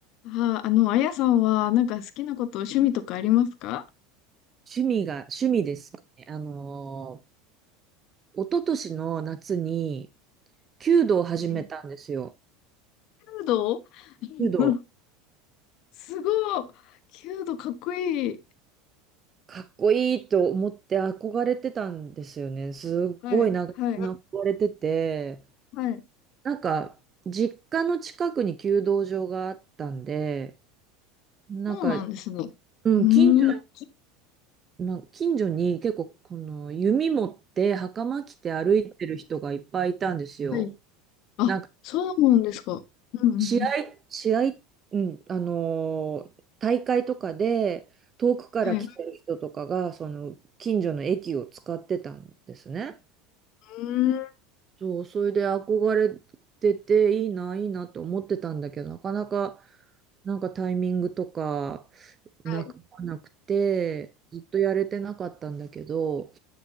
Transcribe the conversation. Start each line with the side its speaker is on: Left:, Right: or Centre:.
Left: あー、あの、あやさんは、なんか好きなこと、趣味とかありますか
Right: 趣味が、趣味ですかね。あのー、一昨年の夏に、弓道を始めたんですよ。
Left: うん弓道
Right: 弓道、
Left: うん <laughs> すごい。弓道かっこいい。
Right: かっこいいと思って憧れてたんですよね。すごい長年憧れてて、
Left: はい、はい、はい。
Right: なんか、実家の近くに弓道場があったんで、なんか、
Left: そうなんですね。
Right: うん、
Left: うーん。
Right: 近所、な近所に結構、この弓持って袴着て歩いてる人がいっぱいいたんですよ。
Left: はい。あ、
Right: なんか
Left: そうなんですか。うん、うん、うん。
Right: 試合、試合、うん、あのー大会とかで遠くから来てる人とかが、
Left: はい。う
Right: その近所の駅を使ってたんですね。
Left: ーん。
Right: そう、それで憧れてていいな、いいなと思ってたんだけど、なかなか、なんかタイミングとか
Left: はい。
Right: なくなくて、ずっとやれてなかったんだけど、